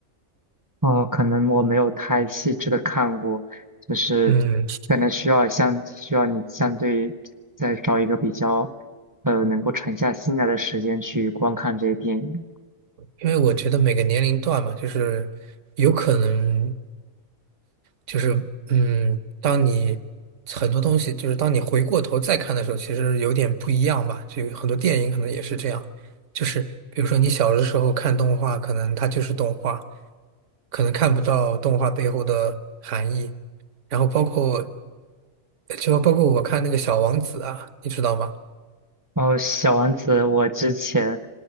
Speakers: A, on the right; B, on the right.
A: 哦，可能我没有太细致的看过，就是
B: 嗯，
A: 可能需要相需要你相对再找一个比较呃能够沉下心来的时间去观看这些电影。
B: 因为我觉得每个年龄段嘛，就是有可能，就是嗯，当你很多东西，就是当你回过头再看的时候，其实有点不一样吧。就很多电影可能也是这样，就是比如说你小的时候看动画，可能它就是动画，可能看不到动画背后的含义。然后包括就包括我看那个《小王子》啊，你知道吗？
A: 哦，小王子，我之前，